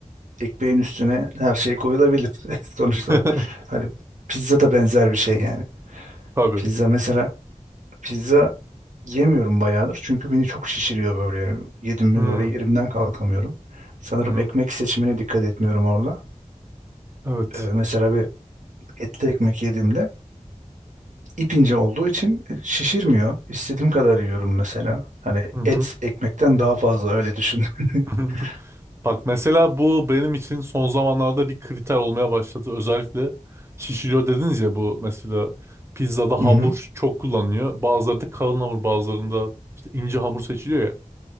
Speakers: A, on the right; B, on the right.
A: e, ekmeğin üstüne her şey koyulabilir <laughs> sonuçta.
B: <laughs>
A: Hani pizza da benzer bir şey yani.
B: Tabii.
A: Pizza mesela pizza yemiyorum bayağıdır çünkü beni çok şişiriyor böyle. Yedim mi
B: Hı hı.
A: böyle yerimden kalkamıyorum. Sanırım
B: hı.
A: ekmek seçimine dikkat etmiyorum orada.
B: Evet.
A: E, mesela bir etli ekmek yediğimde ip ince olduğu için şişirmiyor. İstediğim kadar yiyorum mesela. Hani
B: Hı hı.
A: et ekmekten daha fazla öyle düşün. <laughs>
B: <laughs> Bak mesela bu benim için son zamanlarda bir kriter olmaya başladı. Özellikle şişiriyor dediniz ya bu mesela pizzada
A: Hı
B: hamur
A: hı.
B: çok kullanılıyor. Bazıları da kalın hamur bazılarında işte ince hamur seçiliyor ya.